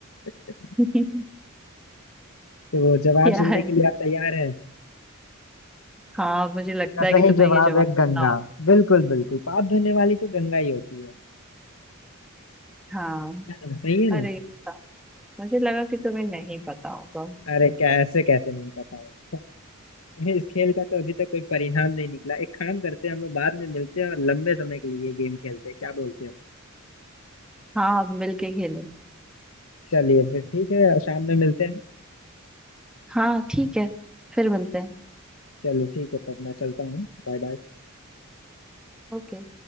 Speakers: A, on the left; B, in the centre.
A: <laughs>
B: <laughs>
A: तो जवाब
B: क्या
A: सुनने
B: है
A: के लिए आप तैयार हैं
B: हाँ मुझे लगता
A: का सही
B: है कि तुम्हें
A: जवाब
B: ये जवाब
A: है
B: पता
A: गंगा
B: हो
A: बिल्कुल बिल्कुल पाप धोने वाली तो गंगा ही होती है
B: हाँ
A: है ना? सही है
B: अरे
A: ना
B: सा- मुझे लगा कि तुम्हें नहीं पता होगा
A: अरे कैसे कैसे नहीं पता है <laughs> इस खेल का तो अभी तक कोई परिणाम नहीं निकला एक काम करते हैं हम लोग बाद में मिलते हैं और लंबे समय के लिए ये गेम खेलते हैं क्या बोलते हो
B: हाँ अब मिलके खेलेंगे
A: चलिए फिर ठीक है शाम में मिलते हैं
B: हाँ ठीक है फिर मिलते हैं
A: चलो ठीक है तब मैं चलता हूँ बाय बाय
B: ओके